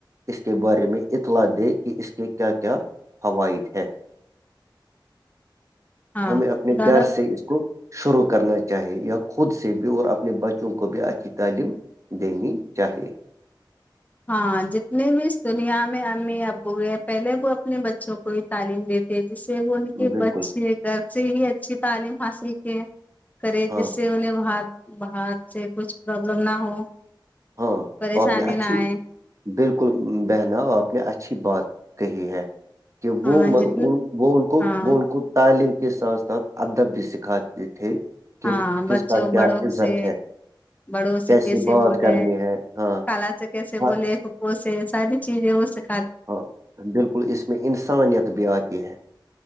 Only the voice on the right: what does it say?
اس کے بارے میں اطلاع دے کہ اس کے کیا کیا فوائد ہیں
ہمیں اپنے
گھر سے اس کو شروع کرنا چاہی یا خود سے بھی اور اپنے بچوں کو بھی اچھی تعلیم دینی چاہیے
بالکل
ہاں
ہاں
او اپنی اچھی
بالکل بہنا آپ نے اچھی بات کہی ہے کہ وہ
وہ ان کو
وہ ان کو تعلیم کے ساتھ ساتھ ادب بھی سکھاتے تھے کہ
کس
کا کیا
عزت
ہے
کیسی
بات
کرنی ہے ہاں
ہاں
ہاں بالکل اس میں انسانیت بھی آتی ہے